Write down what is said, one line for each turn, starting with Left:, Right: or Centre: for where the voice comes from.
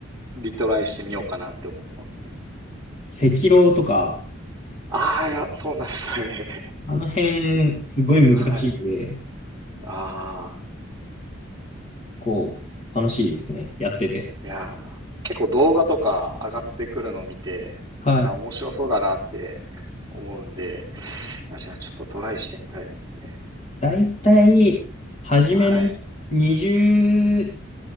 Right: リトライしてみようかなって思ってますね。
Left: 赤狼とか、
Right: ああ、いや、そうなんですよね。
Left: あの辺、すごい難しいんで、
Right: <laughs> はい。ああ、
Left: こう、楽しいですね。やってて。
Right: いやー、結構動画とか上がってくるのを見て、
Left: はい。
Right: あー、面白そうだなって思うんで、いやじゃあちょっとトライしてみたいですね。
Left: だいたい、初めの
Right: はい、
Left: 20